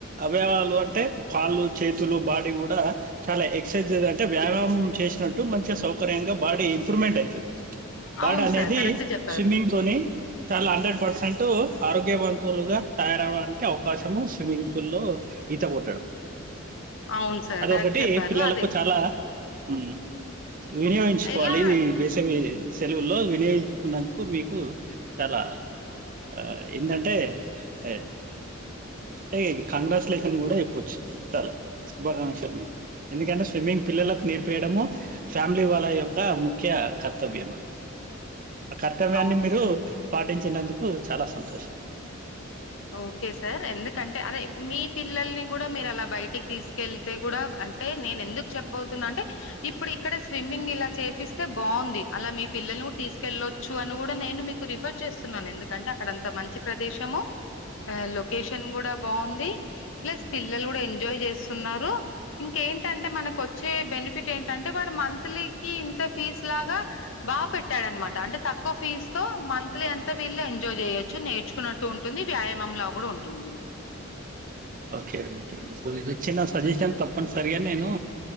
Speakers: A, on the right (about 40°); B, on the left (about 65°).
A: అవయవాలు అంటే కాళ్ళు చేతులు బాడీ కూడా చాలా ఎ క్సర్సైజ్ అంటే వ్యాయమం చేసినట్టు మంచిగా సౌకర్యంగా బాడీ ఇంప్రూవ్మెంట్ అయితది బాడీ
B: అవును
A: అనేది
B: సార్ కరెక్ట్ చెప్పారు
A: స్విమ్మింగ్ తోనే చాలా హండ్రెడ్ పర్సెంటు ఆరోగ్యవంతులుగా తయారవడానికి అవకాశము స్విమ్మింగ్ పూల్ లో ఈత కొట్టడం
B: అవును సార్
A: అదొకటి
B: కరెక్ట్ చెప్పారు
A: పిల్లలకు
B: అదే
A: చాలా ఊమ్ వినియోగించుకోవాలి
B: ఎలా
A: ఈ వేసవి సెలవుల్లో వినియోగించుకున్నందుకు మీకు చాలా ఆ ఏందంటే అం టే కంగ్రాచ్యులేషన్ కూడా చెప్పొచ్చు తల శుభాకాంక్షలు మీకు ఎందుకంటే స్విమ్మింగ్ పిల్లలకు నేర్పీయడము ఫ్యామిలీ వాళ్ళ యొక్క ముఖ్య కర్తవ్యం అది ఆ కర్తవ్యాన్ని
B: అవును
A: మీరు
B: సార్
A: పాటించినందుకు చాలా సంతోషం
B: ఓకే సార్ ఎందుకంటే అదే మీ పిల్లల్ని కూడా మీరు అలా బయటికి తీసుకెళ్తే కూడా అంటే నేను ఎందుకు చెప్పవుతున్నా అంటే ఇప్పుడు ఇక్కడ స్విమ్మింగ్ మింగ్ ఇలా చేపిస్తే బావుంది అలా మీ పిల్లల్ని కూడా తీసుకెళ్లొచ్చు అని కూడా నేను మీకు రిఫర్ చేస్తున్నాను ఎందుకంటే అక్కడ అంత మంచి ప్రదేశము ఆ లొకేషన్ కూడా బావుంది ప్లస్ పిల్లలు కూడా ఎంజాయ్ చేస్తున్నారు ఇంక ఎంటంటే మనకొచ్ చ్చే బెనిఫిట్ ఏంటంటే వాడు మంత్లీకి ఇంత ఫీజ్ లాగా బాగా పెట్టాడనమాట అంటే త క్కువ ఫీజ్ తో మంత్లీ అంత వీళ్ళు ఎంజాయ్ జేయొచ్చు నేర్చుకున్నట్టు ఉంటుంది వ్యాయామంలా కూడా ఉంటుంది
A: ఓకే ఓకే చిన్న సజెషన్ తప్పనిసరిగా నేను